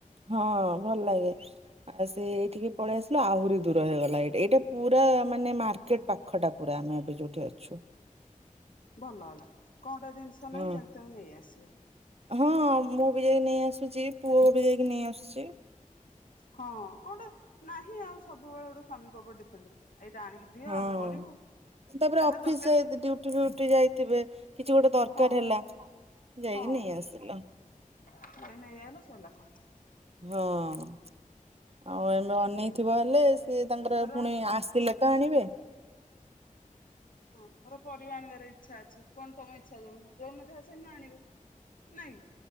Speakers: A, on the right; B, on the left.
A: ହଁ ଭଲ୍ ଲାଗେ। ଆଉ ସେ ଏଇଠିକି ପଳେଇ ଆସିଲା ଆହୁରି ଦୂର ହେଇଗଲା ଏଠି ଏଇଟା ପୁରା ମାନେ ମାର୍କେଟ ପା ଖଟା ପୁରା ଆମେ ଏବେ ଯୋଉଠି ଅଛୁ।
B: ଭଲ ହେଲା, କଣ ଗୋଟା ଜିନିଷ
A: ହଁ।
B: ନାହିଁ ଯାଇକି ତମେ ନେଇ ଆସିବ।
A: ହଁ ମୁଁ ବି ଯାଇକି ନେଇ ଆସୁଛି ପୁଅ, ବି ଯାଇକି ନେଇ ଆସୁଛି।
B: ହଁ କଣ ଟା ନାହିଁ ଆଉ ସବୁବେଳେ ଗୋଟେ ସ୍ୱାମୀଙ୍କ ଉପରେ ଡିପେଣ୍ଡ ଏଇଟା ଆଣିକି ଦି ଦିଅ
A: ହଁ।
B: ଆମେ କରିବୁ।
A: ତାପରେ
B: ଯାହା
A: ଅଫିସ
B: ଦରକାର
A: ଯାଇ ଡୁଟି ଫିଉଟି ଯାଇଥିବେ କିଛି ଗୋଟେ ଦରକାର
B: ହଁ
A: ହେଲା। ଯାଇକି
B: ହଁ
A: ନେଇ ଆସିଲ।
B: <unintelligible>
A: ହଁ, ଆଉ ଏବେ ଅନେଇଥିବ ହେଲେ ସେ ତାଙ୍କର
B: ଧର
A: ପୁଣି ଆସିଲେ ତ ଆଣିବେ।
B: ହଁ ଧର ପରିବା ଆଣିବାର ଇଚ୍ଛା ଅଛି କଣ ତମ ଇଚ୍ଛା ଯୋଉନ ଯୋଉନ ଯାହା ସେଇନ ଆଣିବ। ନାଇଁ।